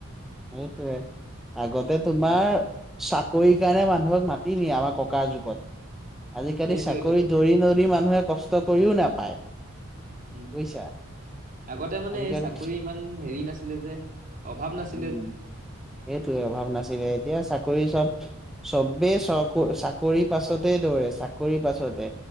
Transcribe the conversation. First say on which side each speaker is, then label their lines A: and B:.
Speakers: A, in the centre; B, on the right (about 40°).
A: সেইটয়ে আগতে তোমাৰ
B: উম,
A: চাকৰি কাৰণে মানুহক। মাতি দিয়ে আমাৰ ক যুগত আজালি
B: সেইটোৱেতো
A: চৰি। মানুহে কষ্ট কৰিও নাপায়।
B: উ
A: বুজিছা
B: আগতে মানে
A: আজিকালি
B: এই চাকৰি ইমান হেৰি নাছিলে যে অভাৱ নাছিল।
A: উম সেইটোে অভাৱ নাছিলে এতিয়া চাকৰি। চাকৰি চব চবেই চ চাকৰি পাছতে দৌৰে চাকৰি পাছতে।